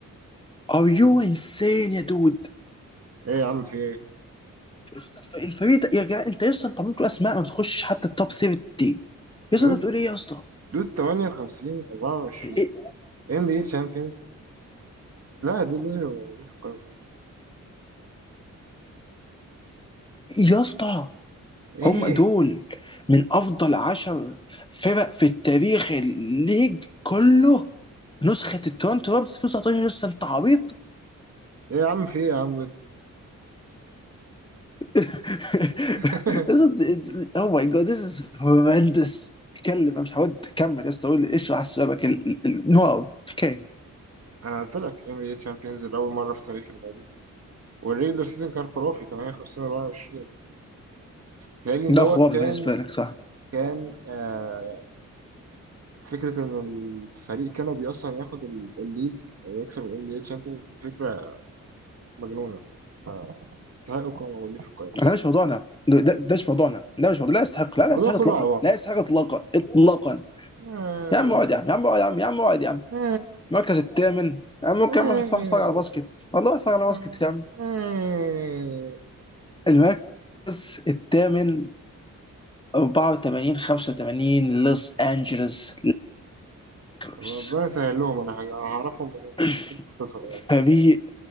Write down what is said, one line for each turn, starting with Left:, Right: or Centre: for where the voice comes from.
Left: are you insane يا دود
Right: ايه يا عم في ايه
Left: الف- الفريق ده- يا جدع انت يا اسطى انت عملت اسماء ما بتخشش حتى التوب 30 يا اسطى
Right: دود
Left: انت بتقول ايه يا اسطى
Right: دود 58 24
Left: إيه-
Right: ام بي اي تشامبيونز لا يا دود لازم يبقوا موجودين في القائمة
Left: يا اسطى
Right: ايه
Left: هم دول من افضل عشر فرق في التاريخ الليج كله نسخة التورنتو رابترز 2019 لسه انت عبيط
Right: ايه يا عم في ايه يا عم انت؟
Left: <laughs>
Right: <laughs>
Left: او ماي جاد ذيس از هورندس اتكلم <laughs> انا مش هود كمل يا اسطى قول لي ايش على الشبك واو اوكي
Right: انا قلت لك ام بي اي تشامبيونز لاول مرة في تاريخ النادي والريجلر سيزون كان خرافي 58 24 تهيألي إن دوت
Left: ده خرافي
Right: كان
Left: بالنسبة لك صح
Right: كان آه فكرة إن الفريق كندي أصلا ياخد ال- الليج ويكسب ال NBA Champions دي فكرة مجنونة فاستحقوا يكونوا موجودين في القائمة الصراحة
Left: انا مش موضوعنا ده, ده ده مش موضوعنا ده مش موضوع لا يستحق لا
Right: الموضوع
Left: لا يستحق اطلاقا
Right: كله على بعض
Left: لا يستحق اطلاقا اطلاقا
Right: آه،
Left: يا عم اقعد يا عم يا عم اقعد يا عم يا عم اقعد يا عم
Right: آه،
Left: المركز الثامن اما ممكن
Right: آه،
Left: اعمل اتفرج اتفرج على باسكت والله اتفرج على باسكت
Right: آه،
Left: يا عم
Right: آه.
Left: المركز الثامن 84 85 لوس انجلوس ليكرز
Right: ربنا يسهل لهم انا أنا هعرفهم منين
Left: <clears throat>
Right: أكيد حطيتهم يعني
Left: فريق